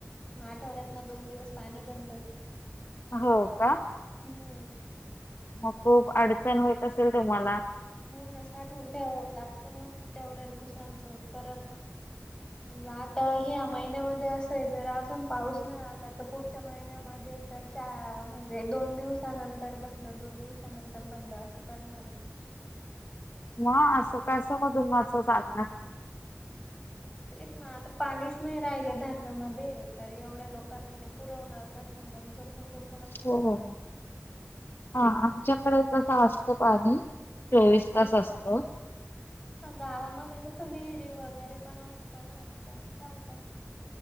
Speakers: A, on the left (about 20°); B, on the left (about 50°).
A: मग आठवड्यातन दोन दिवस पाणी बंद.
B: हो का?
A: हम्.
B: मग खूप अडचण होत असेल तुम्हाला?
A: हो ना साठवून ठेवावं लागतं, मग तेवढ्या दिवसांचं परत
B: <inaudible>
A: आता ह्या महिन्यामध्ये असये, जर अजून पाऊस नाही आला तर पुढच्या महिन्यामध्ये तर चा म्हणजे दोन दिवसानंतर बंद, दोन दिवसानंतर बंद असं करणार आहे.
B: म असं कासं मधून माझं साधणार?
A: तेच ना आता पाणीच नाही राहिलं, धरणामध्ये तर एवढ्या लोकांना ते पुरवणार कस? मग जपूण जपू
B: हो हो आमच्याकड तस असत पाणी. चोवीस तास
A: हम
B: असतं
A: हम. ह गावामध्ये कसं विहिरी वगैरे पण असतं ना, तर चालतय.